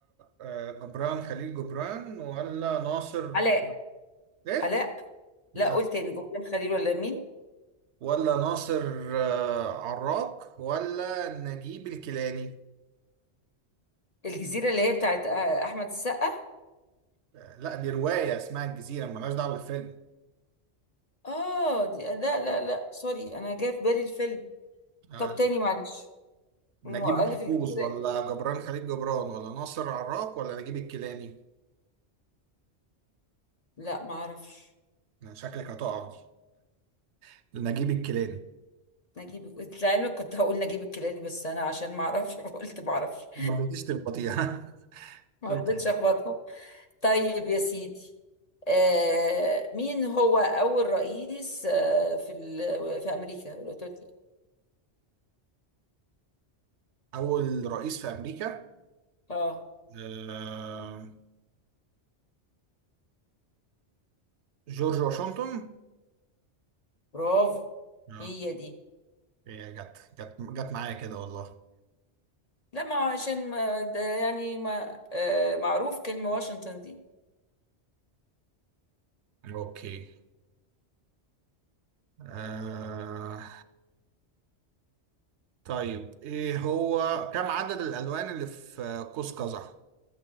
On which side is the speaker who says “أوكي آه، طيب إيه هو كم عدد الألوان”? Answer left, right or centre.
Right